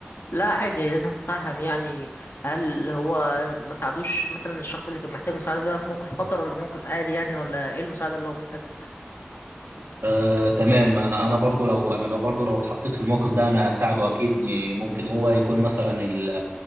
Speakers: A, on the left; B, on the right.
A: لا عادي لازم اتفهم يعني هل هو ما ساعدوش مثلا الشخص اللي كان محتاج مساعدة ده في موقف خطر ولا موقف عادي يعني ولا ايه المساعدة اللي هو محتاجها
B: آه، تمام انا انا برضو لو انا لو برضو لو اتحطيت في الموقف ده انا اساعده اكيد إني ممكن هو يكون مثلا ال